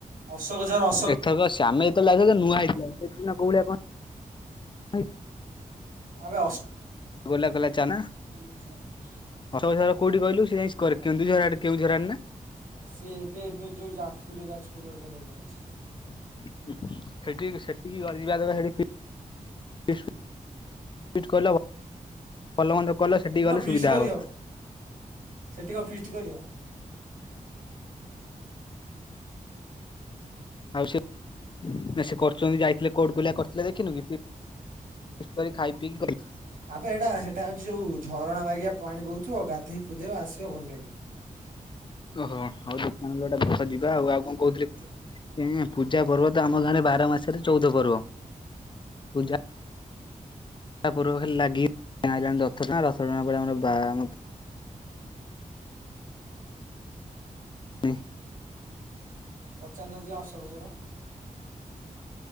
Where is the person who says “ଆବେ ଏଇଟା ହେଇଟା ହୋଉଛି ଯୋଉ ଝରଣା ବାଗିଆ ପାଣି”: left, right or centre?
Right